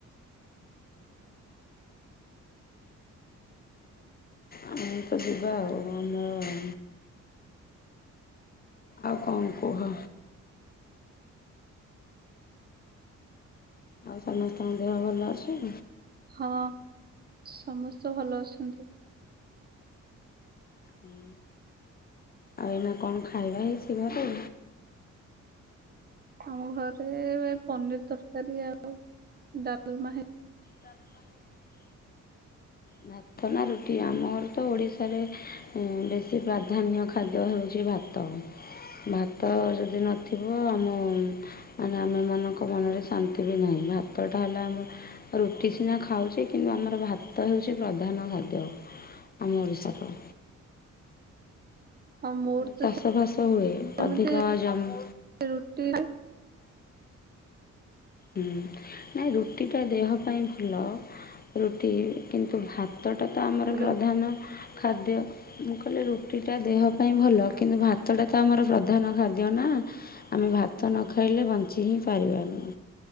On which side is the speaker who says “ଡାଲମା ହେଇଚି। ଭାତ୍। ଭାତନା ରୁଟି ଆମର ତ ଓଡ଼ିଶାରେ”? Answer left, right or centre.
Left